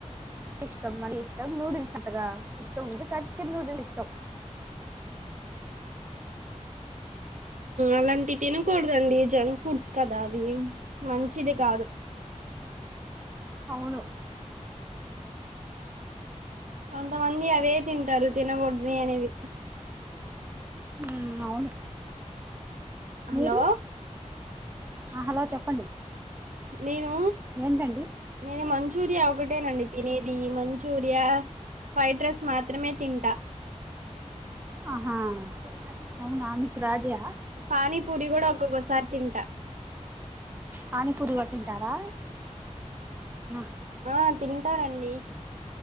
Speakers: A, on the right; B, on the right.
A: ఇష్టం మరి ఇష్టం నూడిల్స్ అంతగా ఇష్టం ఇ కా చికెన్ నూడిల్స్ ఇష్టం
B: అలాంటివి తినకూడదండి జంక్ ఫుడ్స్ కదా అవి మంచిది కాదు
A: అవును
B: కొంతమంది అవే తింటారు తినకూడదు అనేవి
A: మ్మ్ అవును
B: హలో
A: మీరు ఆ హలో చెప్పండి
B: నేను
A: ఏంటండి
B: నేను మంచి మంచూరియా ఒకటేనండి తినేది మంచూరియా ఫైడ్ రైస్ మాత్రమే తింటా
A: ఆహా అవును ఆమెకి రాధ్య
B: పాణి పూరి కూడా ఒకోసారి తింట
A: పాణి పూరి కూడ తింటారా నా
B: ఆ తింటారండి